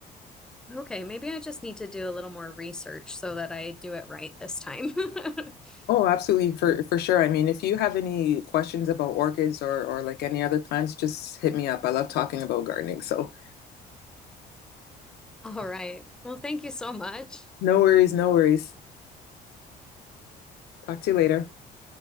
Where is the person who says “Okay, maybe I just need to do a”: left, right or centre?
Centre